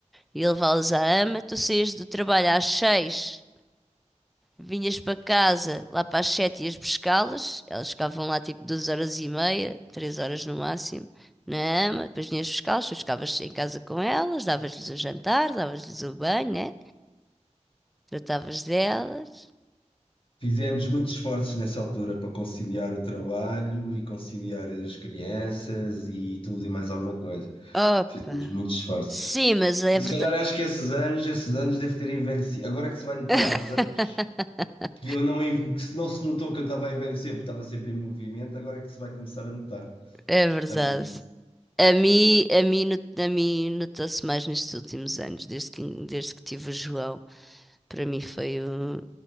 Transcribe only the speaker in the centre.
ia levá-las à AMA. Tu saías do trabalho às seis Vinhas para casa lá para as sete ias buscá-las, elas ficavam lá tipo duas horas e meia, três horas no máximo, na ama, depois vinhas buscá-las, depois ficavas em casa com elas, davas-lhes o jantar, davas-lhes o banho, né? Tratavas delas.
Opa!
Sim, mas é
verdade.
<laughs>
É verdade.
A mim, a mim, no- a mim notou-se mais nestes últimos anos, desde que, desde que tive o João. Para mim foi um...